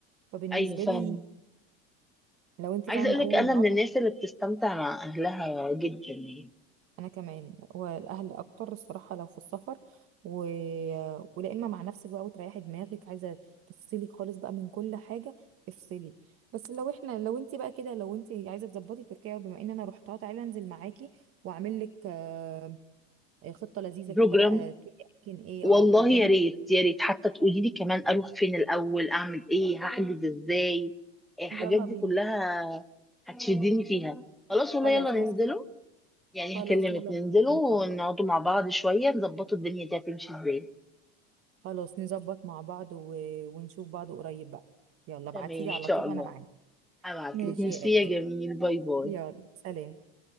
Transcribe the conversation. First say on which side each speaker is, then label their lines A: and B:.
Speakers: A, on the right; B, in the centre.
A: فبالنسبه
B: ايوه فاهمه
A: لي لو انت
B: عايزه
A: فعلا
B: اقول
A: لاول
B: لك انا
A: مره
B: من الناس اللي بتستمتع مع اهلها جدا يعني
A: انا كمان والاهل اكتر الصراحه لو في السفر و... ولا اما مع نفسك بقى وتريحي دماغك عايزه تفصلي خالص بقى من كل حاجه افصلي بس لو احنا لو انت بقى كده لو انت عايزه تظبطي تركيا بما ان انا رحتها تعالي انزل معاكي واعمل لك آه، خطه لذيذه
B: بروجرام
A: كده بقى تقولي اماكن ايه
B: والله
A: اه بروجرام
B: يا ريت يا ريت حتى تقولي لي كمان اروح فين الاول اعمل ايه هحجز ازاي الحاجات
A: يلا
B: دي
A: بينا
B: كلها هتشدني فيها خلاص والله
A: خلاص
B: يلا ننزله
A: هس...
B: يعني
A: خلاص
B: هكلمك
A: يلا
B: ننزله
A: نظبط
B: ونقعدوا مع بعض شويه نظبطوا الدنيا دي هتمشي ازاي
A: خلاص نظبط مع بعض و... ونشوف بعض قريب بقى يلا ابعتيلي
B: تمام
A: على
B: ان شاء
A: طول
B: الله
A: انا معاكي
B: هبعتلك
A: ماشي
B: ميرسي
A: يا
B: يا جميل باي باي
A: يلا سلام